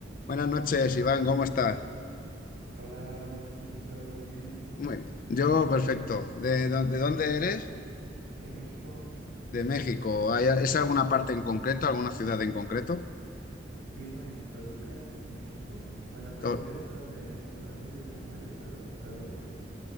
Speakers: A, on the left; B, on the right.
A: Buenas noches, Iván, ¿cómo estás?
B: Hola, buenas noches, Víctor. Muy bien. ¿Y tú?
A: Muy bien. Yo, perfecto. ¿De, dó- de dónde eres?
B: De México.
A: De México. ¿Hay, es alguna parte en concreto, alguna ciudad en concreto?
B: Vivo en Toluca, México. Bueno, Toluca,
A: To-
B: Estado de México, así se llama el estado, Estado de México.